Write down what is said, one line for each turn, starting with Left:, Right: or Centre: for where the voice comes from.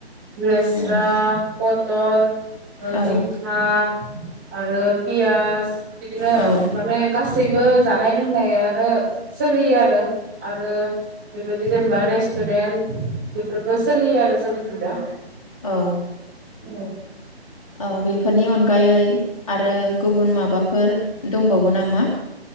Right: लेस्रा
Left: उम,
Right: प तल ओ
Left: औ
Right: जिंखा आरो पियास बिदिनो
Left: औ
Right: माने गासैबो जानाय लोंनायानो सोलियो आरो आरो बेफोरबायदि जेनेबा रेस्टु'रेन्ट बेफोरबो सोलियो आरो जोंनिथिंजा
Left: औ
Right: औ
Left: औ बेफोरनि अनगायै आरो गुबुन माबाफोर दंबावो नामा?